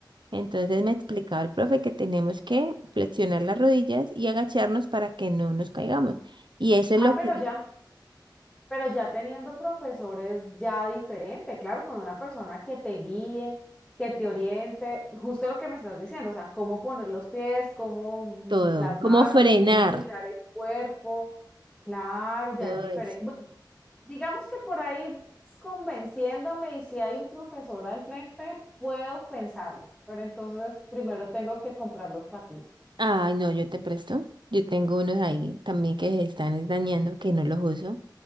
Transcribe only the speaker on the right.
Entonces me explicaba el profe que tenemos que flexionar las rodillas y agacharnos para que no nos caigamos. Y eso
es lo
que es
todo,
como frenar
todo
eso.
Ay, no, yo te presto. Yo tengo unos ahí también que se están es dañando, que no los uso.